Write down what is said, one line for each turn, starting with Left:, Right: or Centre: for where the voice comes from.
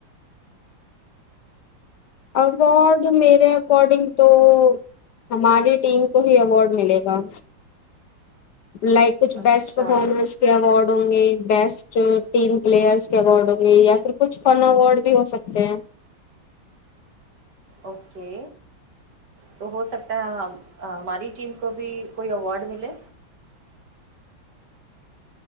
Left: اوارڈ میرے اکارڈنگ تو ہماری ٹیم کو ہی اوارڈ ملے گا لائک کچھ
Right: اچھا
Left: بیسٹ پرفارمنس کے اوارڈ ہوں گے بیسٹ ٹیم پلیئرس کے اوارڈ ہوں گے یا پھر کچھ فن اوارڈ بھی ہو سکتے ہیں
Right: اوکے تو ہو سکتا ہے ہماری ٹیم کو بھی کوئی اوارڈ ملے